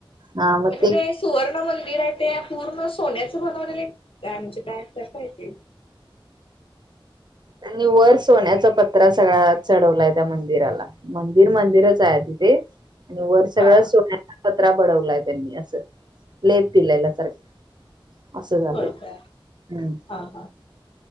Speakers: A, on the right; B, on the left.
A: हा मग
B: म्हणजे
A: ते
B: <unintelligible> सुवर्ण मंदिर आहे ते, पूर्ण सोन्याचं बनवलेलं आहे काय म्हणजे काय कसं आहे ते,
A: त्यांनी वर सोन्याचा पत्र सगळा, चढवलाय त्या मंदिराला, मंदिर मंदिरच आहे, तिथे, आणि वर सगळ्या
B: हा
A: सोन्याचा पत्रा बडवलाय, त्यांनी असं लेप दिलाला सारखं असं झालं,
B: होय काय
A: हम्,
B: हा हा